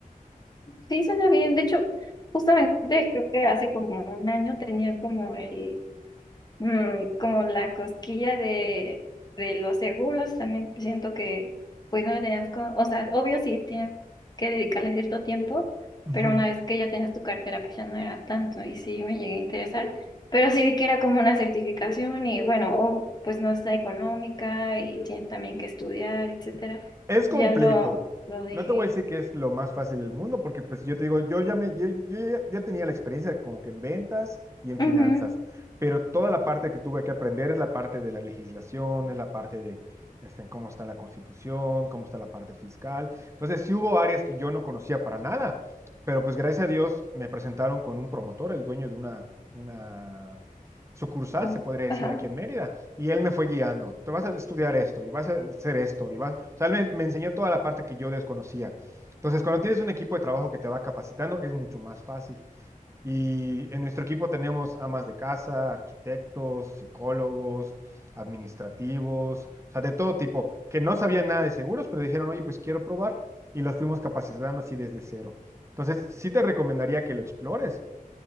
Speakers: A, on the left (about 30°); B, on the right (about 20°).
A: Sí, suena bien. De hecho, justamente creo que hace como un año tenía como el, mm, como la cosquilla de, de los seguros. También siento que, pues no le tenías, co- o sea, obvio sí tienes que dedicarle cierto tiempo,
B: Ujú.
A: pero una vez que ya tenías tu cartera, pues ya no era tanto. Y sí me llegué a interesar, pero sí vi que era como una certificación y bueno, o, pues no está económica y tienes también que estudiar, etcétera.
B: Es
A: Y
B: complejo.
A: ya lo, lo dejé.
B: No te voy a decir que es lo más fácil del mundo, porque pues yo te digo, yo ya me, yo, yo ya, ya tenía la experiencia como que en ventas y en finanzas,
A: Ujú.
B: pero toda la parte que tuve que aprender es la parte de la legislación, es la parte de este, cómo está la constitución, cómo está la parte fiscal. Entonces sí hubo áreas que yo no conocía para nada, pero pues gracias a Dios me presentaron con un promotor, el dueño de una, una sucursal,
A: Ah,
B: se podría decir,
A: Ajá.
B: aquí en Mérida. Y él me fue guiando, te vas a estudiar esto y vas a hacer esto. Y vas... O sea, él me, me enseñó toda la parte que yo desconocía. Entonces, cuando tienes un equipo de trabajo que te va capacitando, es mucho más fácil. Y en nuestro equipo tenemos amas de casa, arquitectos, psicólogos, administrativos, o sea, de todo tipo, que no sabían nada de seguros, pero dijeron, oye, pues quiero probar. Y los fuimos capacitando así desde cero. Entonces, sí te recomendaría que lo explores